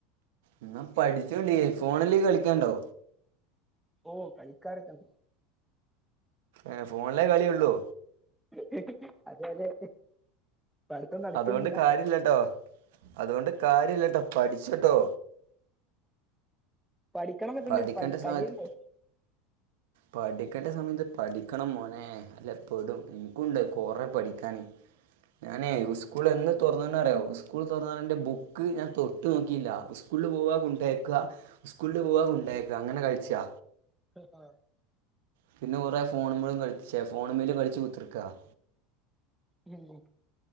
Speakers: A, on the right (about 75°); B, in the centre.
A: എന്നാ പഠിച്ചോണ്ടി ഫോണില് കളിക്കേണ്ടോ
B: ഓ കളിക്കാറൊക്കണ്ട്
A: ഏഹ് ഫോണിലേ കളിയൊള്ളൂ
B: ഹ് ഹ് അതെ അതെ പഠിത്തം നടക്കുന്നില്ല
A: അതുകൊണ്ട് കാര്യല്ലട്ടോ അതുകൊണ്ട് കാര്യല്ലട്ടോ പഠിച്ചട്ടോ
B: പഠിക്കണംന്നൊക്കണ്ട്
A: പഠിക്കേണ്ട
B: പയ് കയ്യണ്ടേ
A: സമയത്ത് പഠിക്കേണ്ട സമയത്ത് പഠിക്കണം മോനെ അല്ലെ പെടും എൻക്കുംണ്ട് കൊറെ പഠിക്കാന് ഞാനേ സ്കൂൾ എന്ന് തൊറന്ന ന്നറിയോ സ്കൂൾതൊറന്നാൽ എന്റെ ബുക്ക് ഞാൻ തൊട്ട് നോക്കില്ല സ്കൂളില് പോവാ കൊണ്ടേക്ക സ്കൂള കൊണ്ട് പോവാ കൊണ്ടെക്കാ അങ്ങനെ കഴിച്ചാ
B: ഹ് ഹാ
A: പിന്നെ കുറേ ഫോണ്മ്മളും കളിച്ചേ ഫോണ്മ്മല് കളിച്ച് കുത്തിർക്കാ-
B: ലല്ലാ-